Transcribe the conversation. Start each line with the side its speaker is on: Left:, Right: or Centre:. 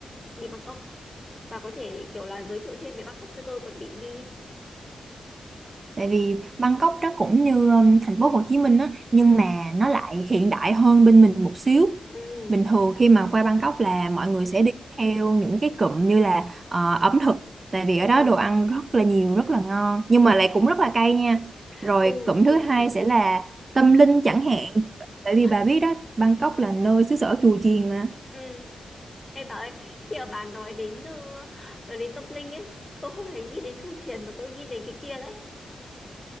Left: đi Bangkok bà có thể kiểu là giới thiệu thêm về Bangkok cho tôi còn định đi
Right: tại vì Bangkok đó cũng như um, thành phố Hồ Chí Minh á nhưng
Left: ừ
Right: mà nó lại hiện đại hơn bên mình một xíu
Left: ừ
Right: bình thường khi mà qua Bangkok là mọi người sẽ đi theo những cái cụm như là ờ, ẩm thực tại vì ở đó
Left: ừ
Right: đồ ăn rất là nhiều rất là ngon nhưng mà lại
Left: ờ
Right: cũng rất là cay nha rồi
Left: ừ
Right: cụm thứ
Left: đúng
Right: hai
Left: rồi
Right: sẽ là tâm linh chẳng hạn tại vì
Left: Uầy,
Right: bà biết đó Bangkok là nơi xứ sở chùa chiền mà
Left: ừ em bảo ơi, khi mà bà nói đến ờ, nói đến tâm linh ấy, tôi không hề nghĩ đến chu truyền mà tôi nghĩ đến cái kia đấy.